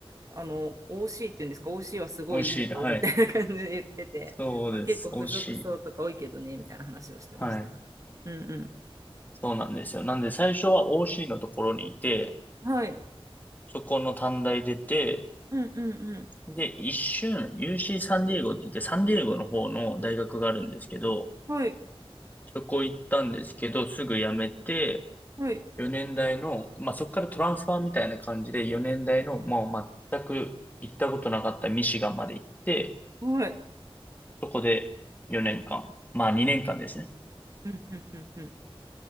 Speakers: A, on the right (about 35°); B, on the left (about 15°).
A: あの、OC っていうんですか、OC はすごいいいよ、
B: 美味しい。はい。
A: みたいな感じで言ってて、
B: そうです。
A: まあ、結構付属層とか多いけどね、
B: 美味しい。
A: みたいな話をしてました。
B: はい。
A: うんう
B: そうなんですよ。なんで最初は OC のところにいて、
A: ん。はい。
B: そこの短大出て、
A: うんうん
B: で、一瞬、UC サンディエゴって言って、サンディエゴの方の大学があるんですけど、
A: うん。はい、
B: そこ行ったんですけど、すぐ辞めて、
A: はい、
B: 4年大の、まあ、そこからトランスファーみたいな感じで、4年大の、もう全く行ったことなかったミシガンまで行って、
A: はい。
B: そこで4年間、まあ2年間ですね。
A: うんうんうんうん。